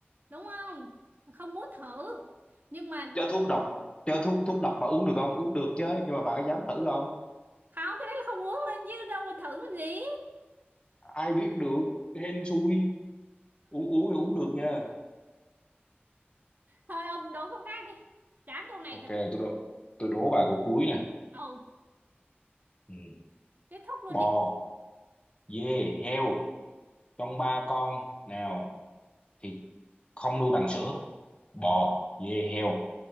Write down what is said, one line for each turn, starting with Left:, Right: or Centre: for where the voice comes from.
Right: đúng không? Không muốn thử nhưng mà
Left: chứ thuốc độc chứ thuốc thuốc độc mà uống được không uống được chứ nhưng mà bà có dám thử không
Right: không cái đấy là không uống lên chứ đâu mà thử làm gì
Left: ai biết được hên xui uống uống thì uống được nha
Right: thôi ông đố câu khác đi chán câu này
Left: ok
Right: rồi
Left: tôi đố tôi đố bà câu cuối nè
Right: ồ
Left: ừ.
Right: kết thúc luôn
Left: bò
Right: đi
Left: dê heo trong ba con nào thì không nuôi bằng sữa bò dê heo